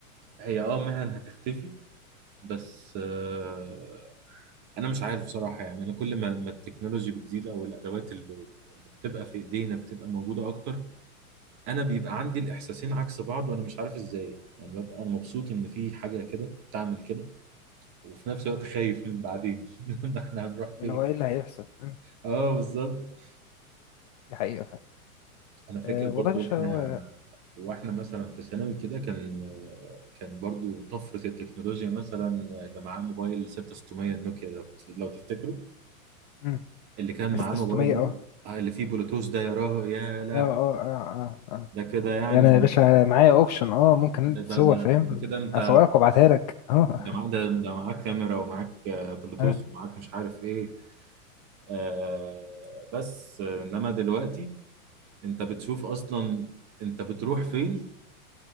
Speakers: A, on the right (about 40°); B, on the left (about 30°).
A: هي اه مهن هتختفي بس آه انا مش عارف بصراحه يعني انا كل ما ما التكنولوجي بتزيد او الادوات اللي اللي بتبقى في ايدينا بتبقى موجوده اكتر انا بيبقى عندي الاحساسين عكس بعض وانا مش عارف ازاي يعني ببقى انا مبسوط ان في حاجه كده بتعمل كده وفي نفس الوقت خايف من بعدين <laughs> احنا هنروح فين
B: اللي هو ايه اللي هيحصل مم.
A: اه بالظبط
B: دي حقيقة فعلا
A: انا فاكر
B: أه
A: برضو
B: والله يا باشا
A: احنا
B: هو
A: واحنا مثلا في ثانوي كده كان كان برضو طفرة التكنولوجيا مثلا اللي معاه موبايل 6600 النوكيا لو لو تفتكروا
B: مم.
A: اللي كان
B: استستومية
A: معاه الموبايل ده
B: اه
A: آه، اللي فيه بلوتوث ده يراه يا له
B: اه اه اه اه اه
A: ده كده يعني
B: ده انا يا باشا معايا اوبشن اه ممكن أنت
A: ده
B: تصور
A: ده ده,
B: فاهم
A: ده كده انت
B: اصورك وابعتها لك اه
A: ده معاك ده, ده معاك كاميرا ومعاك آه، بلوتوث
B: <laughs> آه.
A: ومعاك مش عارف ايه آه بس آه، انما دلوقتي انت بتشوف اصلا انت بتروح فين